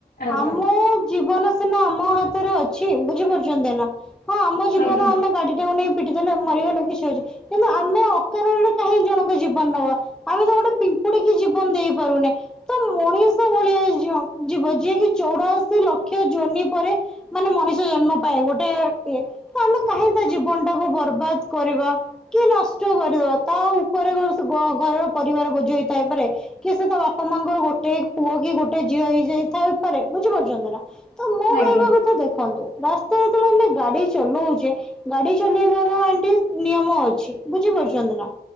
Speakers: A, on the left; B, in the centre.
A: ଆଜ୍ଞା
B: ଆମ ଜୀବନ ସିନା ଆମ ହାତରେ ଅଛି ବୁଝିପାରୁଛନ୍ତି ନା। ହଁ ଆମ ଜୀବନ
A: ଆଜ୍ଞା
B: ଆମେ ଗାଡି ଟାକୁ ନେଇ ପିଟି ଦେଲେ ମରିଗଲେ କିଛି ଅଛି କିନ୍ତୁ ଆମେ ଅକାରଣ ରେ କାହିଁ ଜଣଙ୍କ ଜୀବନ ନବା ଆମେ ତ ଗୋଟେ ପିମ୍ପୁଡିକି ଜୀବନ ଦେଇ ପାରୁନେ ତ ମଣିଷ ଭଳିଆ ଜ ଯିବ ଯିଏ କି ଚଉରାଅଶୀ ଲକ୍ଷ ଜୋନି ପରେ ମାନେ ମଣିଷ ଜନ୍ମ ପାଏ ଗୋଟେ। ଇଏ ତ ଆମେ। ଇ ଥାଏ। ବୁଝି ପାରୁଛନ୍ତି ନା ତ ମୋ
A: ଆଜ୍ଞା
B: କହିବା କଥା ଦେଖନ୍ତୁ ରାସ୍ତା ରେ ଯେତେବେଳେ ଆମେ ଗାଡି ଚଲଉଛେ ଗାଡି ଚଲେଇବାର ଗୋଟେ ନିୟମ ଅଛି ବୁଝି ପାରୁଛନ୍ତି ନା।